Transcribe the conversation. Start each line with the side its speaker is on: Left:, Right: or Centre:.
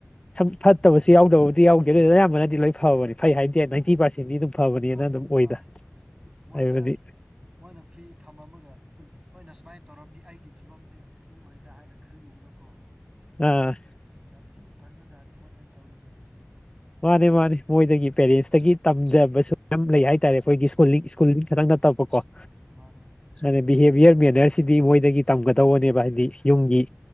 Left: ꯁꯨꯝ ꯐꯠꯇꯕꯁꯨ ꯌꯥꯎꯗꯕ ꯗꯤꯌꯥꯎꯗꯦ ꯑꯗꯨ ꯑꯌꯥꯝꯅꯗꯤ ꯂꯣꯏ ꯐꯕꯅꯤ ꯐꯩ ꯍꯥꯏꯗꯦ ꯅꯥꯏꯟꯇꯤ ꯄꯥꯔꯁꯦꯟ ꯗꯤ ꯑꯗꯨꯝ ꯐꯕꯅꯦꯅ ꯑꯗꯨꯝ ꯑꯣꯏꯗ
Right: ꯃꯥꯅꯦ ꯃꯣꯏꯅ
Left: ꯍꯥꯏꯕꯗꯤ
Right: ꯃꯣꯏꯅ ꯐ꯭ꯔꯤ ꯊꯝꯃꯝꯃꯒ ꯎꯝ ꯍꯣꯏꯅ ꯁꯨꯃꯥꯏ ꯇꯧꯔꯝꯗꯤ ꯑꯩꯒꯤ ꯐꯤꯕꯝꯁꯦ ꯀꯔꯤ ꯑꯣꯏꯗ ꯍꯥꯏꯅ ꯈꯜꯂꯨꯕꯗꯀꯣ
Left: ꯑ
Right: ꯑꯁ ꯌꯥꯝ ꯊꯤ ꯐꯈ꯭ꯔꯖꯥꯠꯅꯤ ꯃꯣꯏꯅ ꯇꯧꯔꯤꯁꯦ
Left: ꯃꯥꯅꯤ ꯃꯥꯅꯤ ꯃꯣꯏꯗꯒꯤ ꯄꯦꯔꯦꯟꯁꯇꯒꯤ ꯇꯝꯖꯕꯁꯨ ꯌꯥꯝ ꯂꯩ ꯍꯥꯏꯇꯥꯔꯦ ꯑꯩꯈꯣꯏꯒꯤ ꯀꯨꯂꯤꯡ ꯁ꯭ꯀꯨꯂꯤꯡ ꯈꯤꯇꯪ ꯅꯠꯇꯕꯀꯣ
Right: ꯃꯥꯅꯦ
Left: ꯁꯥꯏꯅ ꯕꯤꯍꯦꯕꯤꯌꯔ ꯃꯦꯅꯔꯁꯤꯗꯤ ꯃꯣꯏꯗꯒꯤ ꯇꯝꯒꯗꯧꯕꯅꯦꯕ ꯍꯥꯏꯕꯗꯤ ꯌꯨꯝꯒꯤ